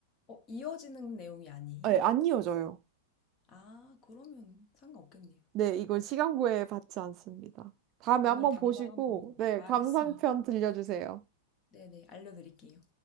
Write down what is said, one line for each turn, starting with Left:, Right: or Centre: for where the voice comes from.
Left: 어, 이어지는 내용이 아니에요?
Right: 네, 안 이어져요.
Left: 아, 그러면 상관없겠네요.
Right: 네, 이건 시간 구애 받지 않습니다. 다음에
Left: 아, 오늘
Right: 한번
Left: 당장
Right: 보시고
Left: 한번
Right: 네,
Left: 봐야겠어요.
Right: 감상편
Left: <laughs>
Right: 들려주세요.
Left: 네네, 알려드릴게요.